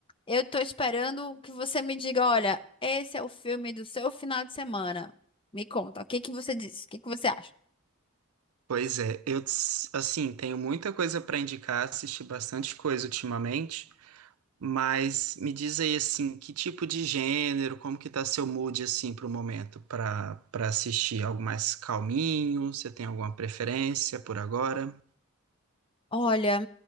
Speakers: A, on the left; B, on the right.
A: Eu tô esperando que você me diga, olha, esse é o filme do seu final de semana. Me conta, o que que você disse? O que que você acha?
B: pois é. Eu, ts- assim, tenho muita coisa para indicar, assisti bastante coisa ultimamente, mas me diz aí, assim, que tipo de gênero, como que tá seu mood, assim, pro momento, para para assistir algo mais calminho? Você tem alguma preferência por agora?
A: Olha,